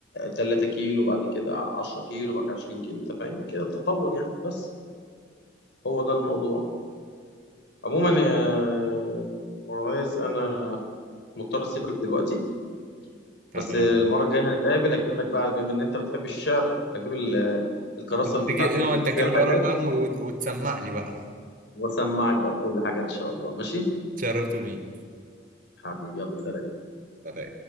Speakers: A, on the left; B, on the right.
A: 3 كيلو وبعد كده 10 كيلو وبعد كده 20 كيلو انت فاهم كده التطور يعني بس هو ده الموضوع عموما يا معاذ انا مضطر اسيبك دلوقتي
B: تمام
A: بس المره الجايه هنتقابل اجيب لك بقى بما ان انت بتحب الشعر اجيب ال- الكراسه اللي
B: تجي...
A: بتاعتي اللي
B: اه
A: كاتب
B: انت تجيب
A: فيها الحاجات
B: الورقه والقلم و- وتسمعني بقى
A: واسمعك بقى كل حاجه ان شاء الله ماشي
B: شرفت بيك
A: حبيبي يلا سلام
B: سلام.